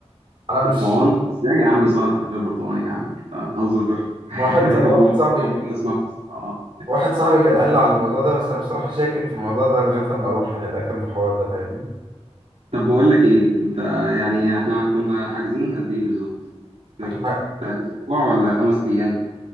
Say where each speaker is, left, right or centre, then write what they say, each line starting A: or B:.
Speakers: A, on the right; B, on the right.
A: أنا مش
B: البرتقال ازاي يا عم سلطه فيها برتقال يا عم انت بتهزر <laughs>
A: واحد واحد
B: الموضوع
A: صاحبي
B: ده اول مره اسمعه بصراحه اه.
A: واحد صاحبي كان قال لي على الموضوع ده بس أنا بصراحة شاكك في الموضوع ده لغاية لما أروح يعني أتأكد من الحوار ده فاهمني
B: طب بقول لك ايه انت يعني احنا كنا حاجزين قد ايه بالظبط؟ فاكر؟
A: إحنا
B: بتاع اسبوع ولا خمس ايام؟